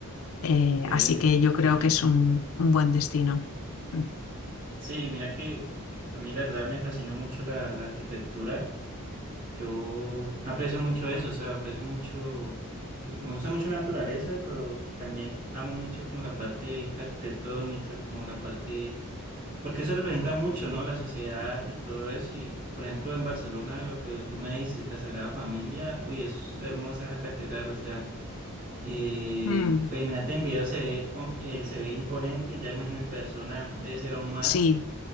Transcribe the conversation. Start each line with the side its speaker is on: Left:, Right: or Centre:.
Left: Eh,
Right: ¿Ves?
Left: así que yo
Right: Chévere.
Left: creo que es un un buen destino. Mm.
Right: Sí, mira que a mí la verdad me fascina mucho la, la arquitectura. Yo aprecio mucho eso, o sea, aprecio mucho, eh, me gusta mucho la naturaleza, pero también amo mucho como la parte arquitectónica, como la parte, porque eso representa mucho, ¿no? La sociedad y todo eso. Y, por ejemplo, en Barcelona, lo que tú me dices, la Sagrada Familia, uy, es hermosa esa catedral, o sea, eh,
Left: Mm,
Right: pues imagínate en video se ve, hom- eh, se ve imponente, ya imagino en persona debe ser aún más.
Left: sí,